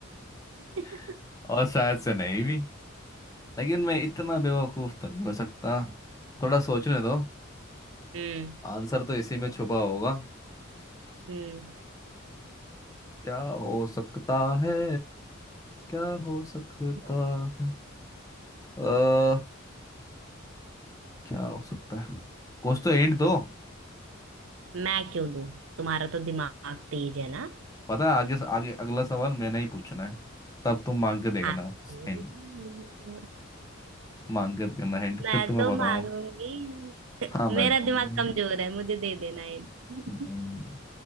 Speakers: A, on the right; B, on the left.
A: <laughs>
B: <laughs> और शायद से नहीं भी लेकिन मैं इतना बेवकूफ तो नहीं हो सकता थोड़ा सोचने दो
A: हम्म
B: आंसर तो इसी में छुपा होगा
A: हम्म
B: क्या हो सकता है क्या हो सकता
A: बोलो, बोलो।
B: है अ क्या हो सकता है कुछ तो हिंट दो
A: मैं क्यों दूं तुम्हारा तो दिमाग तेज है ना
B: पता है आगे आगे अगला सवाल मैंने ही पूछना है तब तुम मांग के देखना
A: हाँ तो
B: हिंट
A: <laughs>
B: मांग के देखना हिंट
A: मैं
B: फिर तुम्हें
A: तो
B: बताऊंगा
A: मांगूंगी <laughs>
B: हाँ मैं
A: मेरा
B: बताऊंगा
A: दिमाग कमजोर है मुझे दे देना हिंट
B: हम्म, हम्म।
A: <laughs>